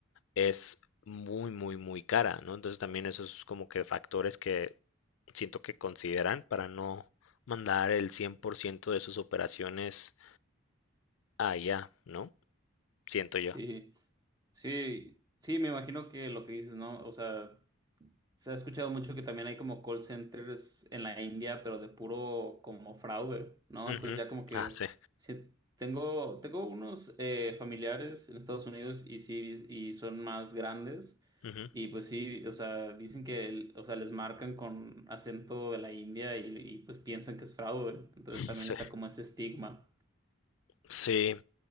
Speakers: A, on the left (about 80°); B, on the right (about 20°).
A: es muy, muy, muy cara, ¿no? Entonces también esos como que factores que siento que consideran para no mandar el 100% de sus operaciones allá, ¿no? Siento
B: Sí,
A: yo.
B: sí, sí, me imagino que lo que dices, ¿no? O sea, se ha escuchado mucho que también hay como call centers en la India, pero de puro como fraude, ¿no?
A: Ujú.
B: Entonces ya como que
A: Ah, sí.
B: sí, tengo, tengo unos eh, familiares en Estados Unidos y sí, dis- y son más grandes.
A: Ujú.
B: Y pues sí, o sea, dicen que, el- o sea, les marcan con acento de la India y, y pues piensan que es fraude. Entonces
A: Sí.
B: también está como ese estigma.
A: Sí.